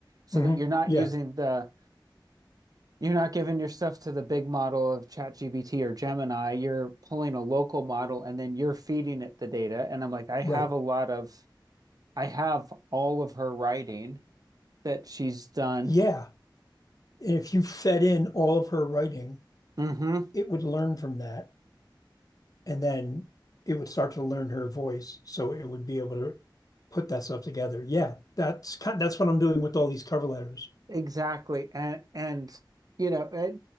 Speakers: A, on the right (about 50°); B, on the left (about 45°).
A: so
B: hmm
A: that you're not
B: Yeah.
A: using the you're not giving your stuff to the big model of ChatGPT or Gemini. You're pulling a local model and then you're feeding it the data. And I'm like, I have
B: Right.
A: a lot of I have all of her writing that she's done.
B: Yeah. If you fed in all of her writing,
A: hmm
B: it would learn from that, and then it would start to learn her voice, so it would be able to put that stuff together. Yeah, that's kind. That's what I'm doing with all these cover letters.
A: Exactly. And and you know, eh,